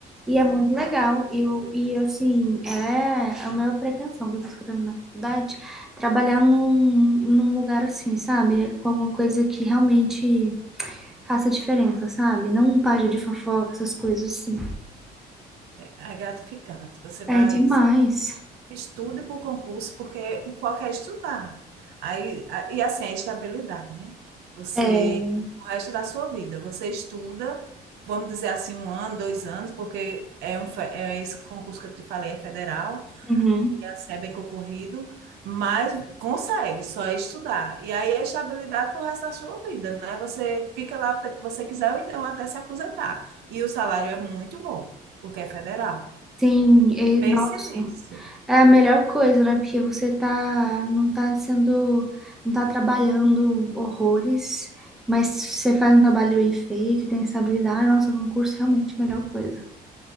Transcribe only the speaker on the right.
É, é gratificante. Você vai,
estude para o concurso, porque o foco é estudar. Aí, a- e assim, a estabilidade, né? Você,
o resto da sua vida, você estuda. Vamos dizer assim, um ano, dois anos, porque é, um, fe- é esse concurso que eu te falei, é federal.
ia Ser é bem concorrido, mas consegue, só é estudar. E aí é estabilidade pro resto da sua vida, né? Você fica lá o tempo que você quiser, ou então até se aposentar. E o salário é muito bom, porque é federal.
Pense
nisso.